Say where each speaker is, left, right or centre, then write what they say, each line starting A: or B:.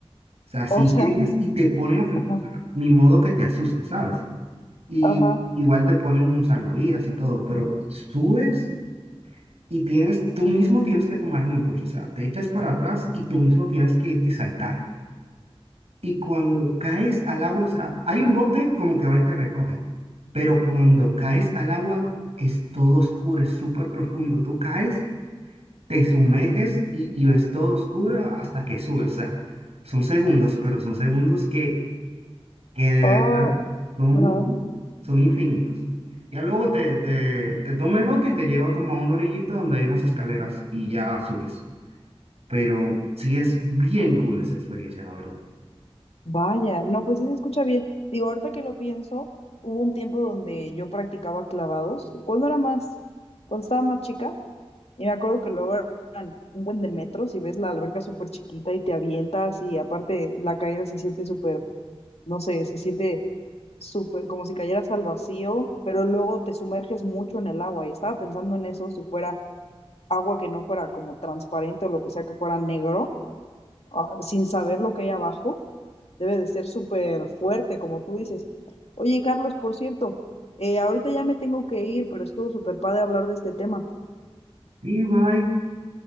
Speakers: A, on the right; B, on the left.
A: O sea, si
B: O sea,
A: llegas y te ponen a firmar,
B: ajá,
A: o sea, ni modo que te asustes, ¿sabes? y
B: ajá.
A: igual te ponen un salvavidas y todo, pero subes y tienes, tú mismo tienes que tomar el impulso, o sea, te echas para atrás y tú mismo tienes que irte y saltar. Y cuando caes al agua, o sea, hay un bote como que va y te recoge, pero cuando caes al agua es todo oscuro, es súper profundo, tú caes, te sumerges y, y es todo oscuro hasta que subes, o sea, son segundos, pero son segundos que que de
B: ah,
A: verdad son,
B: ajá.
A: son infinitos. Ya luego te, te, te toma el bote y te lleva como a una orillita donde hay unas escaleras y ya subes. Pero sí es bien cool esa experiencia, la verdad.
B: Vaya, no, pues sí se escucha bien. Digo, ahorita que lo pienso, hubo un tiempo donde yo practicaba clavados. cuando era más? Cuando estaba más chica. Y me acuerdo que luego eran un buen de metros y ves la alberca súper chiquita y te avientas y aparte la caída se siente súper, no sé, se siente súper como si cayeras al vacío, pero luego te sumerges mucho en el agua y estaba pensando en eso, si fuera agua que no fuera como transparente o lo que sea que fuera negro, ah, sin saber lo que hay abajo, debe de ser súper fuerte, como tú dices. Oye, Carlos, por cierto, eh, ahorita ya me tengo que ir, pero estuvo súper padre hablar de este tema.
A: Y bye,